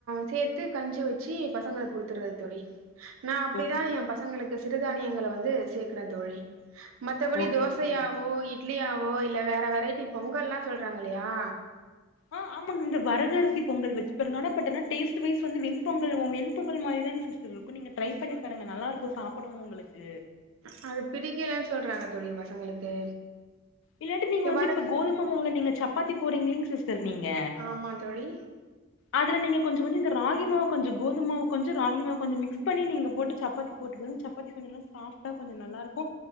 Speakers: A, on the right; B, on the left.
A: சேத்து கஞ்சி வச்சு பசங்களுக் குடுத்துறது தோழி நா அப்டிதா
B: ஓகே
A: எ பசங்களுக்கு சிறுதானியங்கள வந்து சேக்குறே தோழி மத்தபடி
B: ஓகே
A: தோசையாவோ
B: ஓகேங்
A: இட் இட்லியாவோ இல்ல வேற வெரைட்டி பொங்கல்லா சொல்றாங்க இல்லயா
B: ஆ ஆமாங்க இந்த வரகரிசி பொங்கல் வச்சுப்பாருங்க ஆனா பட் ஆனா டேஸ்ட் வைஸ் வந்து வெண் பொங்கல் ஒ வெண்பொங்கல் மாரிதாங்க சிஸ் இருக்கு நீங்க ட்ரை பண்ணி பாருங்க நல்லா இருக்கு சாப்பிட உங்களுக்கு
A: ஆ அது பிடிக்கலன் சொல்றாங்க தோழி பசங்களுக்கு
B: இல்லாட்டி நீங்க
A: இங்க
B: வந்து
A: வர
B: இப்ப கோதும மாவ நீங்க சப்பத்தி போறீங்களீங்க சிஸ் டர் நீங்க
A: ஆமா தோழி
B: அதுல நீங்க கொஞ்சோ கொஞ்சோ இந்த ராகி மாவு கொஞ்சோ கோதுமாவு கொஞ்சோ ராகி மாவு கொஞ்சோ மிக்ஸ் பண்ணி நீங்க போட்டு சப்பாத்தி போட்டு வரும் சப்பாத்தி கொஞ்சோ நல்லா சாஃப்டா கொஞ்சோ நல்லாருக்கு